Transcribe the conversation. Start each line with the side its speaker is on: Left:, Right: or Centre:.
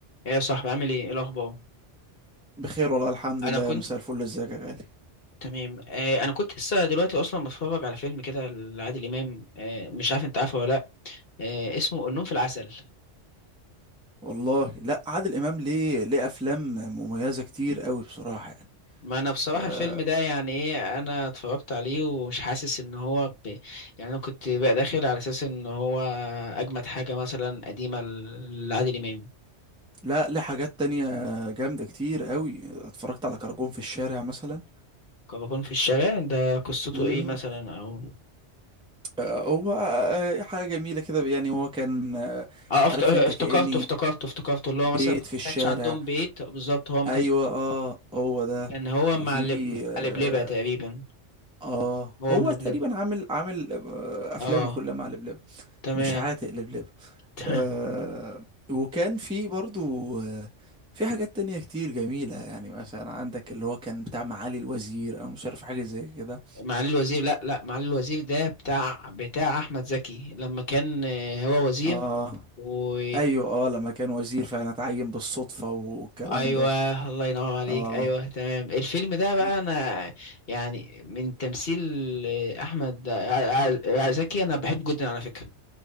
Left: ايه يا صاحبي عامل ايه ايه الاخبار
Centre: بخير والله الحمد
Left: انا
Centre: لله
Left: كنت
Centre: مساء الفل ازيك يا غالي
Left: تمام آه انا كنت لسه دلوقتي اصلا بتفرج على فيلم كده لعادل امام آه مش عارف انت عارفه ولا لا آه اسمه النوم في العسل
Centre: والله لا عادل امام ليه ليه افلام مميزه كتير قوي بصراحه يعني
Left: ما انا بصراحه
Centre: آه
Left: الفيلم ده يعني ايه انا اتفرجت عليه ومش حاسس ان هو ب... يعني انا كنت بقى داخل على اساس ان هو اجمد حاجه مثلا قديمه لعادل امام
Centre: لا ليه حاجات تانية جامده كتير قوي اتفرجت على كراكون في الشارع مثلا
Left: كراكون في الشارع ده قصته
Centre: امم
Left: ايه مثلا او
Centre: آه هو آه آه، حاجه جميله كده يعني هو كان آه
Left: اه افت-
Centre: عارف انت
Left: افتكرته
Centre: كاني
Left: افتكرته افتكرته اللي هو
Centre: بيت
Left: مثلا ما
Centre: في الشارع
Left: كانش عندهم بيت بالظبط هو ما
Centre: ايوه
Left: كانش
Centre: اه هو ده
Left: لان هو
Centre: وفي
Left: مع لب... مع
Centre: اه
Left: لبلبة تقريبا
Centre: آه،
Left: هو
Centre: هو
Left: بلبلبة
Centre: تقريبا عامل عامل آه، افلامه
Left: اه
Centre: كلها مع لبلب
Left: تمام
Centre: مش عاتق لبلب
Left: <laughs>
Centre: آه وكان في برضو آه في حاجات تانية كتير جميلة يعني مثلا عندك اللي هو كان بتاع معالي الوزير او مش عارف حاجة زي كده
Left: معالي الوزير لا لا معالي الوزير ده بتاع بتاع احمد زكي لما كان آه، هو وزير
Centre: اه
Left: و
Centre: ايوه اه لما كان وزير فعلا اتعين بالصدفة والكلام
Left: ايوه
Centre: ده
Left: الله ينور عليك
Centre: اه
Left: ايوه تمام الفيلم ده بقى
Centre: في-
Left: انا يعني من تمثيل آه، احمد آه، آه، آه، زكي انا بحبه جدا على فكرة